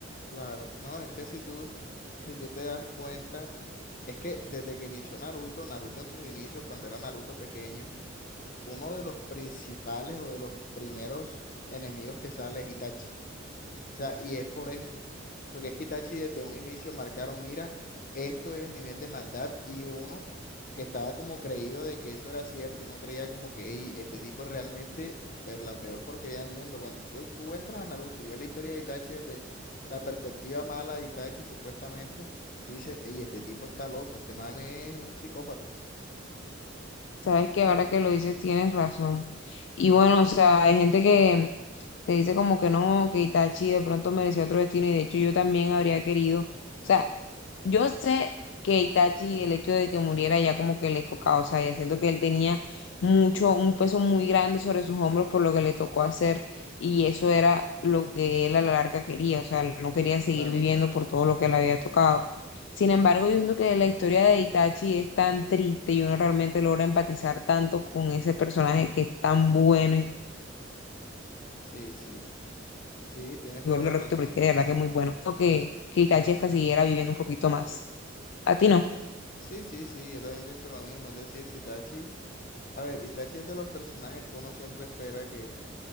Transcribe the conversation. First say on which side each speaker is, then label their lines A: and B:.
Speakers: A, on the left; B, on the left.
A: Claro, no, es que si tú, si tú te das cuenta, es que desde que inició Naruto, Naruto en sus inicios, cuando era Naruto pequeño, uno de los principales o de los primeros enemigos que sale es Itachi. O sea, y es por eso, porque es que Itachi desde un inicio marcaron, mira, esto es el nivel de maldad y uno que estaba como creído de que eso era cierto, uno creía como que "Ey, este tipo es realmente pe- la peor porquería del mundo. Cuando tú, tú entras a Naruto y ves la historia de Itachi desde la perspectiva mala de Itachi, supuestamente, tú dices, ey, este tipo está loco, este man es un psicópata.
B: Sabes que ahora que lo dices tienes razón. Y bueno, o sea, hay gente que, que dice como que no, que Itachi de pronto merecía otro destino y de hecho yo también habría querido. O sea, Yo sé que Itachi, el hecho de que muriera ya como que le tocaba, o sea, ya siento que él tenía mucho, un peso muy grande sobre sus hombros por lo que le tocó hacer y eso era lo que él a la larga quería, o sea, él no quería seguir
A: Claro,
B: viviendo
A: claro.
B: por todo lo que le había tocado. Sin embargo, yo siento que la historia de Itachi es tan triste y uno realmente logra empatizar tanto con ese personaje que es tan bueno y
A: Sí, sí. Sí, tienes
B: yo
A: toda
B: lo
A: la
B: repito
A: razón.
B: porque de verdad que es muy bueno. Creo que, que Itachi hasta siguiera viviendo un poquito más. A ti no.
A: Sí, sí, sí, yo también pienso lo mismo. Es decir, si Itachi A ver, Itachi es de los personajes que uno siempre espera que,